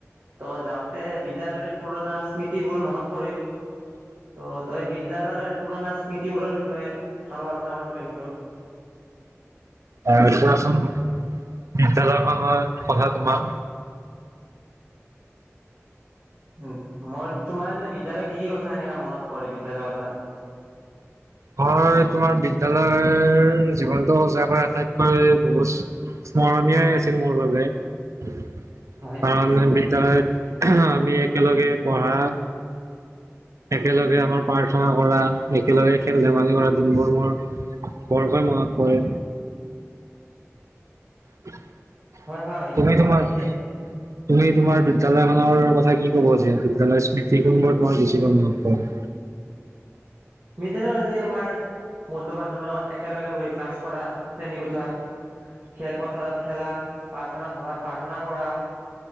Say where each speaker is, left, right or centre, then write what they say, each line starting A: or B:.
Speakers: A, on the right (about 45°); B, on the right (about 75°).
A: ত যাওঁতে বিদ্যালয়ৰে পুৰণা স্মৃতিবোৰ মনত পৰিল ত তই বিদ্যালয় পুৰনা স্মীতিবোৰৰ বিষয়ে ভালো আলোচনা কৰিম বুলি ভাবিছিলো
B: আহ কোৱাচোন বিদ্যালয়খনৰ কথা কবা
A: উম মই তোমাৰ এনে বিদ্যালয় কি কি ক কথা এনেকা মনত পৰে বিদ্যালয়ৰ কথাত
B: হয় তোমাৰ বিদ্যয়ালয়ৰ জীৱনটো সজাৰ পৰা আটাইতকৈ বহুত স্মৰণীয়াই আছিল মোৰ বাবে <unintelligible>
A: হয়,
B: বিদ্যালয়ত আমি একেলগে পঢ়া একেলগে আমাৰ প্ৰাৰ্থনা কৰা একেলগে খেল ধেমালি কৰা দিনবোৰ মোৰ বৰকৈ মনত পৰে <inaudible>
A: হয়, হয়,
B: তুমি তোমাৰ
A: ঠিকে।
B: তুমি তোমাৰ বিদ্যয়ালয়খনৰ কথা কি কবা যে <unintelligible> স্মৃতিখনবোৰ তোমাৰ বেছিকৈ মনত পৰে?
A: <inaudible> যে আমাৰ বন্ধু বান্ধৱৰ লগত একেলগে বহি ক্লাছ কৰা, শ্ৰেণী কোঠাত খেলপথাৰত খেলা প্ৰাৰ্থনা সভাত প্ৰাৰ্থনা কৰা,